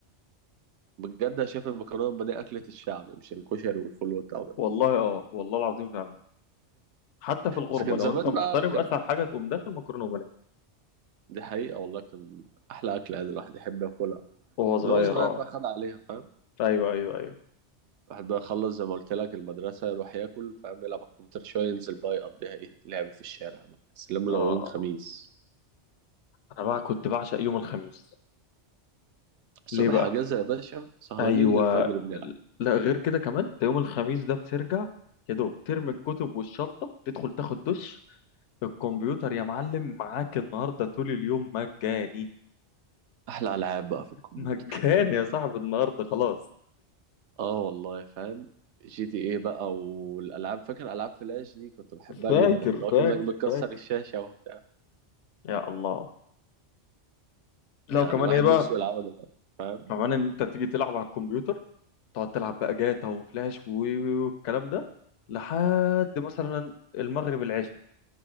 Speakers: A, on the right; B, on the left.
A: بجد انا شايف المكرونه والبانيه اكله الشعب مش الكشري والفول والطعميه
B: والله اه والله العظيم فعلا حتى في الغربة
A: بس كان
B: لو
A: زمان
B: انت مغترب
A: بقى
B: اسهل حاجة تقوم داخل مكرونة وبانيه
A: دي حقيقة والله كان أحلى أكلة يعني الواحد يحب ياكلها
B: وهو صغير
A: من هو صغير
B: اه
A: بقى خد عليها فاهم
B: ايوه ايوه ايوه
A: الواحد بقى يخلص زي ما قلت لك المدرسة يروح ياكل فاهم يلعب على الكمبيوتر شوية ينزل بقى يقضيها إيه لعب في الشارع بقى سلام
B: اه
A: لو يوم خميس
B: انا بقى كنت بعشق يوم الخميس
A: الصبح
B: ليه بقى
A: أجازة يا باشا سهرانين
B: ايوه
A: للفجر بنلعب
B: لا غير كده كمان ده يوم الخميس ده بترجع يا دوب ترمي الكتب والشنطة تدخل تاخد دش الكمبيوتر يا معلم معاك النهاردة طول اليوم مجاني
A: أحلى ألعاب بقى
B: <laughs>
A: في الكمبيوتر
B: مجاني يا صاحبي النهاردة خلاص
A: آه والله فاهم جي تي إيه بقى والألعاب فاكر ألعاب فلاش دي كنت بحبها
B: فاكر
A: جدا اللي هو
B: فاكر
A: كأنك بتكسر
B: فاكر
A: الشاشة وبتاع
B: يا الله لا
A: يعني
B: كمان
A: الواحد
B: ايه بقى
A: نفسه يلعبها دلوقتي فاهم
B: كمان ان انت تيجي تلعب على الكمبيوتر تقعد تلعب بقى جاتا وفلاش و- و- والكلام ده لحد مثلا المغرب العشاء